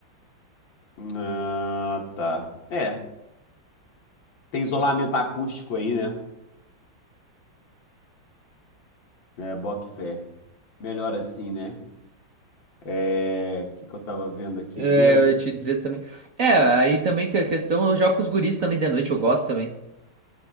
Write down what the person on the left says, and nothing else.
ah, tá. É, tem isolamento acústico aí, né? É, boto fé. Melhor assim, né? É, o que que eu tava vendo aqui
mesmo?